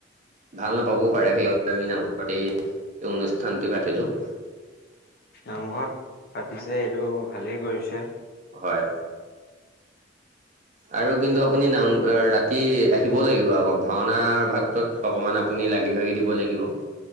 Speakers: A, on the right; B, on the left.
A: ভাল নাপাবও পাৰে সেইাবে আমি নামঘৰত এই অনুষ্ঠানট পাতিলো।
B: নামঘৰত পাতিছে এইটো ভালেই কৰিছে।
A: হয়। আৰু কিন্তু আপুনি নামঘৰত ৰাতি আহিব লাগিব আকৌ ভাওনা ভাগটোত- অকণমান আপুনি লাগি-ভাগি দিব লাগিব।